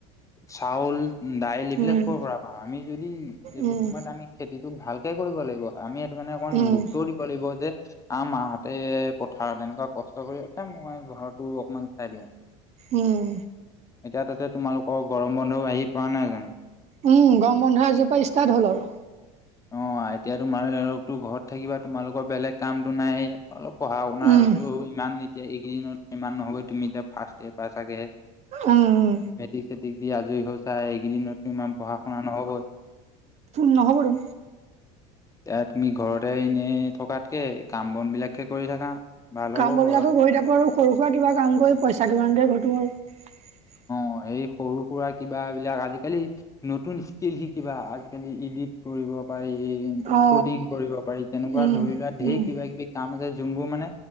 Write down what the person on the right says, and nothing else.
উম
উম
উম
উম।
উম গম বন্ধ আজি পৰা ষ্টাৰ্ট হ'ল আৰু।
উম
উম
নহ'ব ত
কাম
বনবিলাকো
কৰি থাকো আৰু সৰু সুৰা কিবা কাম কৰি পইচা কিমান এটা ঘটো আৰু
অ
উম
উম